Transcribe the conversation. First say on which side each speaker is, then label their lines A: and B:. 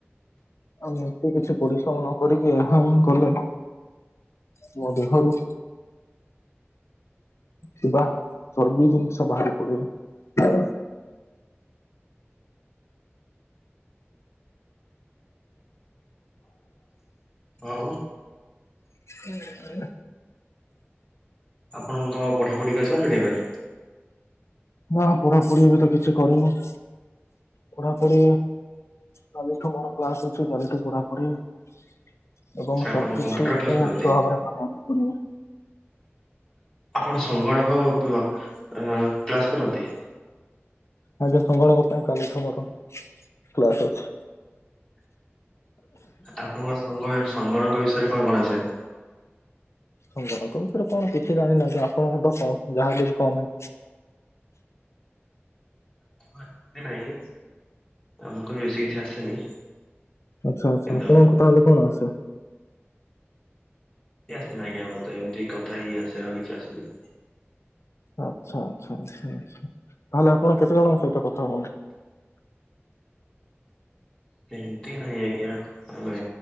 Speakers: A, on the left; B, on the left.
A: ଆମେ ଏତିକି କିଛି ପରିଶ୍ରମ ନ କରିକି ଏହାହିଁ କଲେ ମୋ ଦେହରୁ ଥିବା ଚର୍ବି ଜିନିଷ ବାହାରି ପଡିବ।
B: ଆଉ
A: <inaudible>
B: ଆପଣଙ୍କ ପଢ଼ାପଢ଼ି କରିସାରିଲେଣି ଏବେ?
A: ନା ପଢାପଢି ଏବେ ତ କିଛି କରିନି। ପଢାପଢି କାଲିଠୁ ମୋର କ୍ଲାସ୍ ଅ ଛି କାଲିଠୁ ପଢ଼ାପାଢ଼ୀ ଏବଂ
B: ସେ ଆପଣ
A: ସବୁ
B: କମ୍ପ୍ୟୁଟର
A: କିଛି <unintelligible>
B: କ୍ଲାସ କରନ୍ତି।
A: କରିବାକୁ ପଡିବ।
B: ଆପଣ ସଂଗଳକ ବ ଅଁ କ୍ଲାସ୍ କରନ୍ତି?
A: ଆଜ୍ଞା ସଂଗଳକ ପାଇଁ କାଲିଠୁ ମୋର କ୍ଲାସ୍ ଅଛି।
B: ଆପଣଙ୍କ <unintelligible> ବିଷୟରେ କଣ-କଣ ଆସେ?
A: ସଂଗଳକ ବିଷୟରେ କଣ କିଛି ଜାଣିନାହାନ୍ତି, ଆପଣଙ୍କଠୁ କମ୍ ଯାହା ହେଲେବି କମ୍।
B: <unintelligible> ନାଇଁ ଆମକୁ ବି ବେଶୀ କିଛି ଆସେନି।
A: ଆଚ୍ଛା-ଆଚ୍ଛା
B: କିନ୍ତୁ
A: ଆପଣଙ୍କୁ ତାହେଲେ କଣ ଆସେ?
B: କିଛି ଆସେନି ଆଜ୍ଞା ମତେ ଏମିତି କଥା ହିଁ ଆସେ, ଆଉ କିଛି ଆସେନି।
A: ଆଚ୍ଛା-ଆଚ୍ଛା-ଆଚ୍ଛା-ଆଛା ତାହେଲେ ଆପଣ କେତେ ଜଣଙ୍କ ସହିତ କଥା ହୁଅନ୍ତି?
B: ସେମ୍ତି ନାହିଁ ଆଜ୍ଞା, ଆମେ